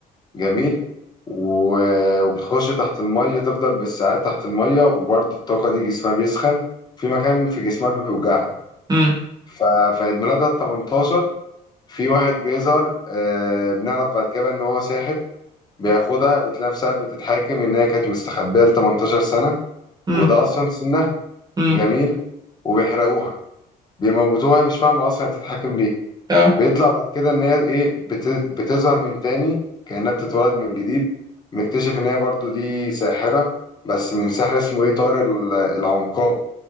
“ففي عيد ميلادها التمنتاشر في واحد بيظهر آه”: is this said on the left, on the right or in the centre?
Left